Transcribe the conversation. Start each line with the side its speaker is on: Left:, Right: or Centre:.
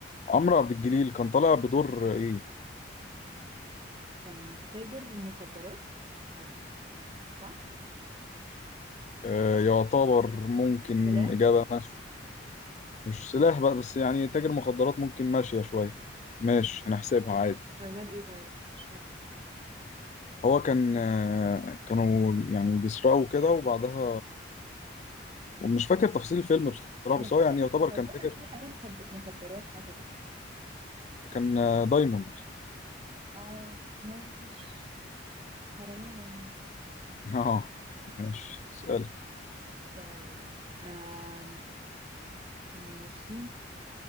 Left: عمرو عبد الجليل كان طالع بدور إيه؟
Right: كان تاجر المخدرات او س- صح
Left: آه، يعتبر ممكن
Right: سلاح
Left: إجابة مف... مش سلاح بقى بس يعني تاجر مخدرات ممكن ماشية شوية ماشي هنحسبها
Right: هو
Left: عادي
Right: كان كان شغال ايه طيب مش فاكرة
Left: هو كان آه، كانوا يعني بيسرقوا كده وبعدها ومش فاكر تفاصيل الفيلم بصراحة
Right: انا
Left: بس
Right: فاكره
Left: هو يعني
Right: ان
Left: يعتبر
Right: كان الموضوع
Left: كان تاجر
Right: كان فيه حاجه مخد... مخدرات حصلت
Left: كان آه، دايموند
Right: اه ماشي حراميه يعني
Left: <laughs> اه ماشي اسأل
Right: طيب آم. ماشي